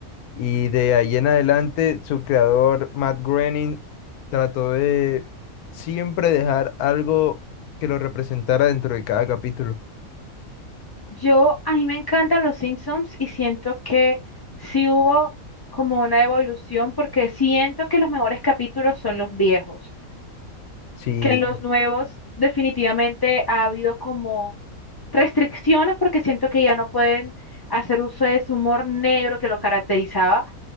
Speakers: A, on the left; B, on the left.
A: Y de ahí en adelante, su creador, Matt Groening, trató de siempre dejar algo que lo representara dentro de cada capítulo.
B: yo a mí me encantan los Simpsons y siento que sí hubo como una evolución porque siento que los mejores capítulos son los viejos,
A: Sí,
B: que en los nuevos definitivamente ha habido como restricciones porque siento que ya no pueden hacer uso de ese humor negro que lo caracterizaba